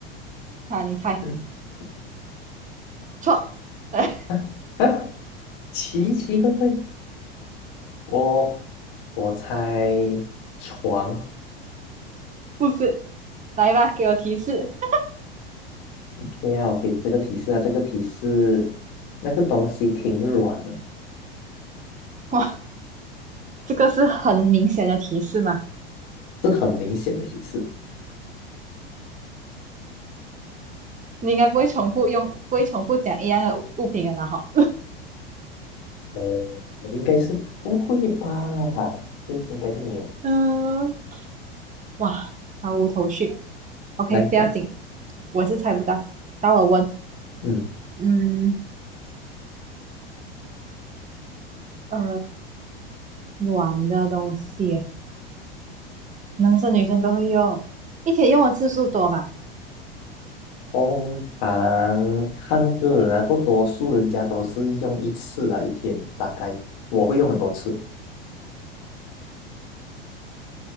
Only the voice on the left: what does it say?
<coughs>
啊啊，奇奇怪怪，我我猜床
，OK 啊，我给你这个提示啊，这个提示那个东西挺软的，
这很明显的提示。
呃，应该是不会吧？对，应该是没有。
来吧，
嗯，
通常看个人啊，不多数人家都是用一次啊，一天大概我会用很多次。